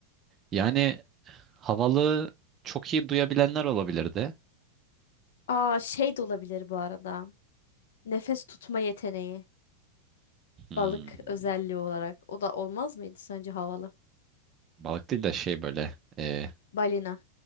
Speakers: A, on the right; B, on the left.
A: Yani havalı çok iyi duyabilenler olabilirdi.
B: Aa şey de olabilir bu arada. Nefes tutma yeteneği.
A: Hmm,
B: Balık özelliği olarak. O da olmaz mıydı sence havalı?
A: Balık değil de şey böyle. ee,
B: Balina.